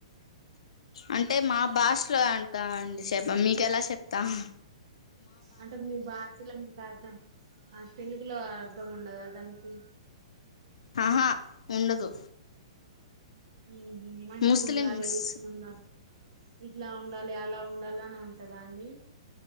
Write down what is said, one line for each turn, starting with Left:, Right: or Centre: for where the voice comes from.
Left: అంటే మా భాషలో అనకండి శెప్ప మీకు ఎలా చెప్తాం
Right: అంటే మీ బ్యాచలో మీకు అర్థాం ఆ తెలుగులో అర్ధం ఉండదా దానికి
Left: ఆహా ఉండదు
Right: ఊ హు మంచిగా
Left: ముస్లిమ్స్
Right: ఉండాలి ఇట్లుండాలి ఇట్లా ఉండాలి అలా ఉండాలి అని ఉంటదా అండి.